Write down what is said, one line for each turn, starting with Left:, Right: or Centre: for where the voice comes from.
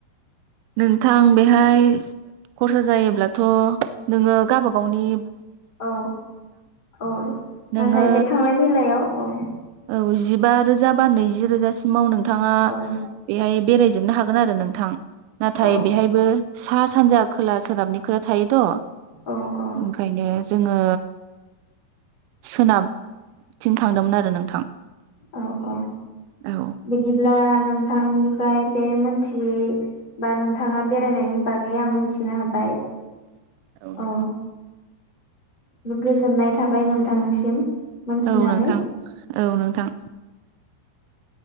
Right: नोंथां बेहाय खरसा जायोब्लाथ नोङो गावबागावनि
Left: औ औ
Right: नोङो
Left: नाथाय बे थांलाय फैलायाव औ
Right: औ जिबा रोजा बा नैजि रोजासिम मावनांगो नोंथाङा
Left: औ
Right: बेहाय बेरायजोबनो हागोन आरो नोंथां नाथाय
Left: औ
Right: बेहायबो सा सानजा खोला सोनाबनि खोथा थायो। थ'
Left: औ औ
Right: ओंखायनो जोङो सोनाबथिं थांदोंमोन आरो नोंथां।
Left: औ अ
Right: औ
Left: बिदिब्ला नोंथांनिफ्राय बे मोनथियै बा नोंथाङा बेरायनायनि बागै आं मोनथिनो हाबाय।
Right: औ नोंथां
Left: अ गोजोननाय थाबाय नोंथांनिसिम मोनथिनानै
Right: औ नोंथां औ नोंथां